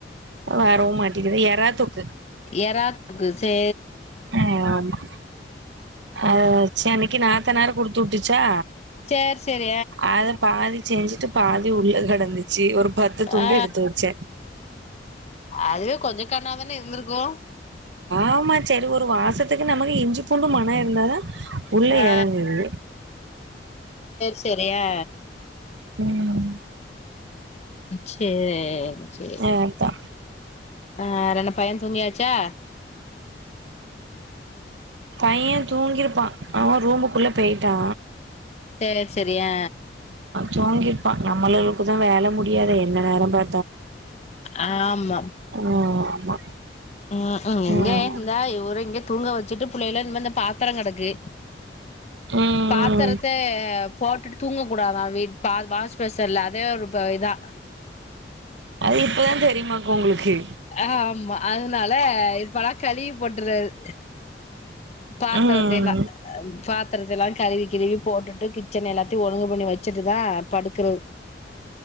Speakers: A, on the right; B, on the left.
A: வரவு மாட்டக்கிது எறா தொக்கு
B: எறா தொக்கு சே
A: அ ஆமா அ சேனக்கி நாத்தனாரு குடுத்து வுட்டுச்சா
B: சேர் செரி
A: அத பாதி செஞ்சிட்டு பாதி உள்ள கெடந்துச்சி ஒரு பத்து துண்டு
B: ஆ
A: எடுத்து வச்சே
B: அதுவே கொஞ்ச கர்ணா தான இருந்திருக்கு
A: ஆமா செரி ஒரு வாசத் துக்கு நமக்கு இஞ்சி பூண்டு மனோ இருந்தாதா உள்ள
B: ஆ
A: எறங்குது
B: செரியா
A: ம்
B: சேரி சேரி
A: அதா
B: ஆ ரெண்டு பைய தூங்கியாச்சா
A: பைய தூங்கிருப்பா அவே ரூம்புக்குள்ள பேய்ட்டா
B: சேரி செரியா
A: தூங்கிருப்பா நம்மளளுக்கு தா வேல முடியாதே என்ன நேரோ பா
B: ஆ ஆம்மா
A: ஓ ஆமா
B: ம்க்ம் எங்க
A: ம்
B: இந்தா இவரு இங்க தூங்க வச்சிட்டு பிள்ளைலா இன்மே இந்த பா த்தர கெடக்கு
A: ம்
B: பாத்தரெத்த போட்டுட்டு தூங்கக் கூடாதா வீட் பா வாஸ்பேசன்ல அதே ஒரு ப இதா
A: அது இப்பதா தெரியுமாக்கு உங்களுக்கு
B: அ ஹ ஆமா அதனால இப்பலா கழுவி போட்டர்றது பாத்தரத்த
A: ம்
B: எல்லா பாத்திரத்த எல்லா கழுவி கிழுவி போட்டுட்டு கிச்சன் எல்லாத்தையு ஒழுங்கு பண்ணி வச்சிட்டு தா படுக்குறது